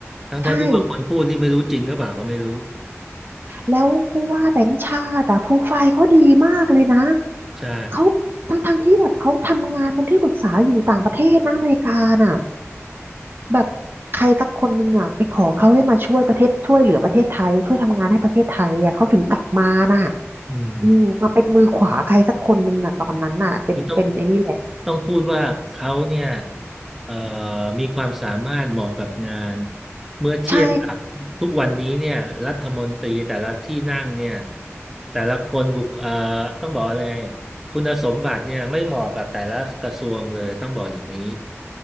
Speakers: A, in the centre; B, on the right.
A: ทั้งๆที่ว่าคนพูดนี่ไม่รู้จริงหรือเปล่าก็ไม่รู้
B: ใช่ แล้วผู้ว่าแบงค์ชาติอะโปรไฟล์เขาดีมากเลยนะ
A: ใช่
B: เขาทั้งทั้งที่แบบเขาทำงานเป็นที่ปรึกษาอยู่ต่างประเทศนะอเมริกาน่ะแบบใครสักคนหนึ่งอ่ะไปขอเขาให้มาช่วยประเทศช่วยเหลือประเทศไทยช่วยทำงานให้ประเทศไทยอ่ะเขาถึงกลับมาน่ะ
A: อืม
B: อืมมาเป็นมือขวาใครสักคนหนึ่งอ่ะตอนนั้นน่ะเป็นเป็นไอ้นี่แหละ
A: นี่ต้องต้องพูดว่าเขาเนี่ยเอ่อมีความสามารถเหมาะกับงานเมื่อเทียบกับทุกวันนี้เนี่ยรัฐมนตรีแต่ละที่นั่งเนี่ย
B: ใช่
A: แต่ละคนบุคเอ่อต้องบอกอะไรไงคุณสมบัติเนี่ยไม่เหมาะกับแต่ละกระทรวงเลยต้องบอกอย่างนี้